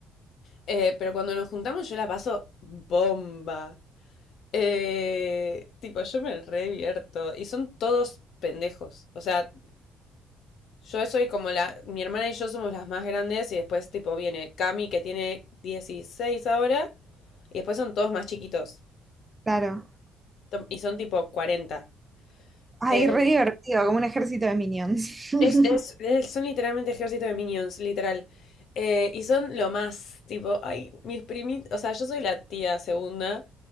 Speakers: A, on the left (about 70°); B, on the right (about 20°).
A: Eh, pero cuando nos juntamos yo la paso bomba. Eh, tipo, yo me revierto. Y son todos pendejos. O sea, yo soy como la... Mi hermana y yo somos las más grandes y después tipo viene Cami que tiene 16 ahora y después son todos más chiquitos.
B: claro.
A: Y son tipo cuarenta
B: Ay,
A: Eh,
B: re divertido, como un ejército de minions. <laughs>
A: Es, es, es- son literalmente ejército de minions, literal. Eh, y son lo más, tipo, ay, mis primitos, o sea, yo soy la tía segunda,